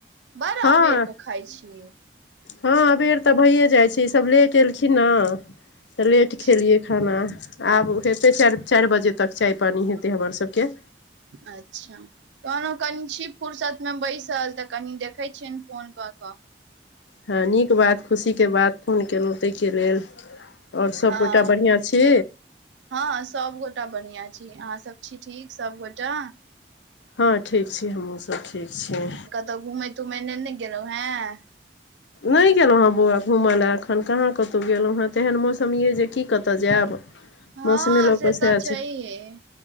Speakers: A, on the right; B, on the left.
A: बड़ा
B: हँ
A: अबेरके खाइ छी।
B: हँ, अबेर तऽ भऽ जाइ छै, ईसभ लेट एलखिन ने तऽ लेट
A: अच्छा
B: खेलियै। खाना आब हेतै, चारि चारि बजे तक चाय पानि हेतै हमरसभके
A: अच्छा, कहलऊ कनि छिप। फुर्सतमे बैसल, तऽ कनि देखै छिअन फोन कऽ
B: हँ, नीक बात, खुशीके बात। फोन कयेलहुँ ताहि लेल। आ सभगोटा
A: हँ
B: बढ़िआँ छी।
A: हँ, सबगोटा बढ़िआँ छी, अहाँ सब ठीक छी, सभगोटा।
B: हँ, ठीक छी, हमहूसभ ठीक छी।
A: तऽ घुमैतुमै ने गेलहुँ हैं।
B: नय गेलहुँ हेँ बौआ, घूमय लेल एखन कहाँ कतहु गेलहुँ हेँ, तेहन मौसम अछि जे की कत जायब।
A: हँ,
B: मौसमे लऽ
A: से
B: कऽ सएह
A: तऽ छैहे,
B: छै